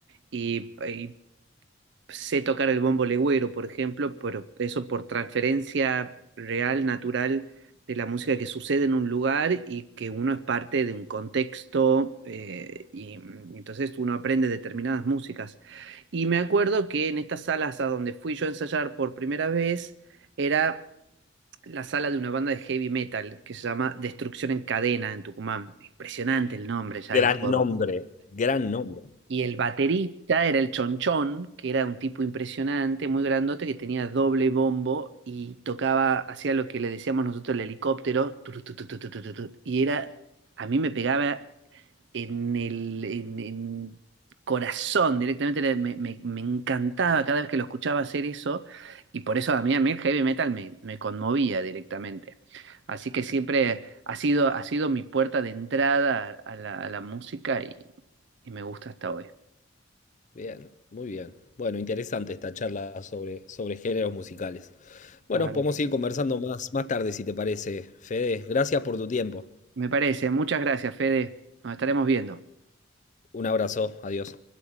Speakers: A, on the right; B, on the left.
A: Y, y sé tocar el bombo legüero, por ejemplo, pero eso por transferencia real, natural de la música que sucede en un lugar y que uno es parte de un contexto eh, y mm, entonces uno aprende determinadas músicas. Y me acuerdo que en estas salas a donde fui yo a ensayar por primera vez era la sala de una banda de heavy metal que se llama Destrucción en Cadena en Tucumán. Impresionante el nombre ya
B: Gran
A: y todo.
B: nombre, gran nombre.
A: Y el baterista era el Chonchón, que era un tipo impresionante, muy grandote, que tenía doble bombo y tocaba, hacía lo que le decíamos nosotros el helicóptero, turu, tu, tu, tu, tu, tu, tu, tu. y era, a mí me pegaba en el en- en corazón directamente, era- me, me- me encantaba cada vez que lo escuchaba hacer eso, y por eso a mí, a mí el heavy metal me, me conmovía directamente. Así que siempre ha sido, ha sido mi puerta de entrada a la, a la música y y me gusta hasta hoy.
B: Bien, muy bien. Bueno, interesante esta charla sobre, sobre géneros musicales. Bueno,
A: La verdad
B: podemos
A: que sí.
B: seguir conversando más, más tarde si te parece. Fede, gracias por tu tiempo.
A: Me parece. Muchas gracias, Fede. Nos estaremos viendo.
B: Un abrazo, adiós.